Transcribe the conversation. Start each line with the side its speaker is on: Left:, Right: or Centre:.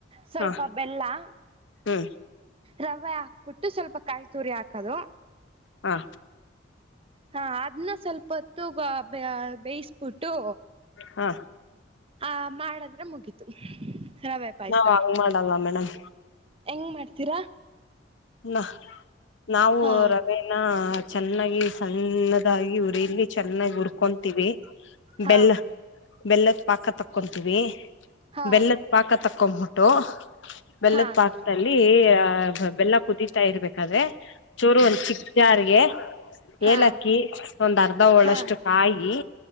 Right: ಸ್ವಲ್ಪ
Left: ಹಾ
Right: ಬೆಲ್ಲಾ.
Left: ಹ್ಮ್
Right: ರವೆ ಹಾಕ್ಬಟ್ಟು ಸ್ವಲ್ಪ ಕಾಯಿ ತುರಿ ಹಾಕದು.
Left: ಹಾ
Right: ಹಾ ಅದನ್ನ ಸ್ವಲ್ಪತ್. ತೂಗ ಬ ಬೇಯಿಸಬಿಟ್ಟು.
Left: ಹಾ.
Right: ಆ ಮಾಡದ್ರೆ ಮುಗಿತು ರವೆ ಪಾಯ್ಸ.
Left: ನಾವ್ ಹಂಗ್ ಮಾಡಲ್ಲ ಮೇಡಮ್
Right: ಹೆಂಗ್ ಮಾಡ್ತೀರಾ.
Left: ನಾ ನಾವು
Right: ಹಾ
Left: ರವೆನಾ. ಚೆನ್ನಾಗಿ ಸಣ್ಣದಾಗಿ ಉರಿಲಿ ಚೆನ್ನಾಗಿ ಉರಕಣ್ತಿವಿ.
Right: ಹಾ
Left: ಬೆಲ್ಲ ಬೆಲ್ಲದ ಪಾಕ ತಕ್ಕೊಂತೀವಿ
Right: ಹಾ
Left: ಬೆಲ್ಲದ ಪಾಕ ತಕ್ಕ. ಕೊಂ ಬಿಟ್ಟು ಬೆಲ್ಲದ
Right: ಹಾ
Left: ಪಾಕ್ದಲ್ಲಿ ಬೆಲ್ಲಾ. ಇರ್ಬೇಕಾದ್ರೆ. ಚೂರು ಒಂದ ಚಿಕ್ ಜಾರ್ಗೆ
Right: ಹಾ
Left: ಏಲಕ್ಕಿ ಒಂದ್ ಅರ್ಧ ಹೋಳಷ್ಟು
Right: ಹಾ
Left: ಕಾಯಿ.